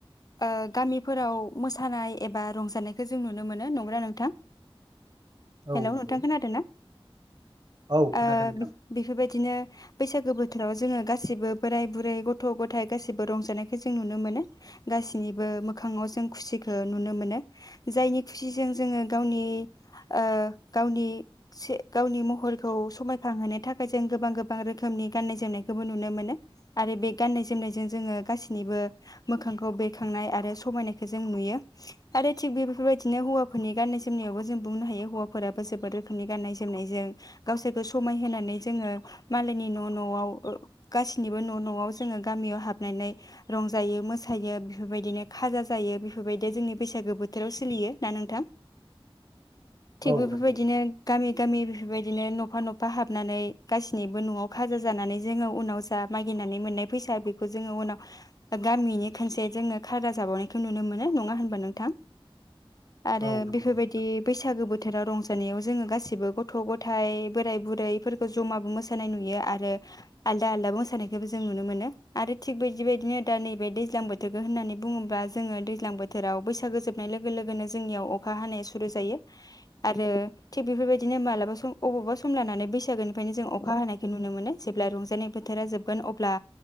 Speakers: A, on the left; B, on the right.
A: ओ गामिफोराव मोसानाय एबा रंजानायखौ जों नुनो मोनो नोंगना नोंथां
B: औ
A: हेलौ
B: नंगौ
A: नोंथां खोनादों ना
B: औ
A: ओ
B: खोनादों नोंथां
A: बेफोरबायदिनो बैसागो बोथोराव जोङो गासिबो बोराय-बुरै गथ'-गथाय गाैबो रंजानायखौ जों नुनो मोनो गासिनिबो मोखाङाव जों खुसिखौ नुनो मोनो। जायनि खुसिजों जोङो गावनि ओ गावनि से गावनि महरखौ समायखांहोनो थाखाय जों गोबां गोबां रोखोमनि गान्नाय जोमनायखौबो नुनो मोनो आरो बे गान्नाय जोमनायजों जोङो गासैनिबो मोखांखौ बेरखांनाय आरो समायनायखौ जों नुयो आरो थिग बेफोरबायदि बिदिनो हौवाफोरनि गाननाय जोमनायावबो जों बुंनो हायो हौवाफोराबो जोबोद रोखोमनि गाननाय जोमनायजों गावसोरखौ समायहानै जोङो मालायनि न' न'आव गासैनिबो न' न'आव जोङो गामियाव हाबनानै रंजायो मोसायो बेफोरबायदिनो खाजा जायो बेफोरबायदि जोंनि बैसागो बोथोराव सोलियो दा नोंथां थिग
B: औ
A: बेफोरबायदिनो
B: नंगौ
A: गामि गामि बेफोरबायदिनो नफा नफा हाबनानै गाससिनिबो नआव खाजा जानानै जोंङो उनाव जा मागिनानै मोननाय फैसा बेखौ जोंङो उनाव गामिनि खनसे जोंङो खाजा जाबावनायखौ नुनो मोनो नङा होनबा नोंथां आरो
B: औ नंगौ
A: बेफोरबायदि
B: नोंथां
A: बैसागो बोथोराव रंजानायाव जोंङो गासिबो गथ गथाय बोराय बुरैफोरखौ जमाबो मोसानाय नुयो आरो आलादा आलादा मोसानायखौबो जों नुनो मोनो आरो थिग बिदि बायदिनो दा नैबे दैज्लां बोथोरखौ होननानै बुंङोबा जोंङो दैज्लां बोथोराव बैसागो जोबनाय लोगो लोगोनो ज जोंनियाव अखा हानाय सुरु जायो आरो थिग बेफोरबायदिनो मालाबा सम अबावबा सम लानानै बैसागोनिफ्रायनो जों अखा हानायखौ नुनो मोनो जेब्ला रंजानाय बोथोरा जोबगोन अब्ला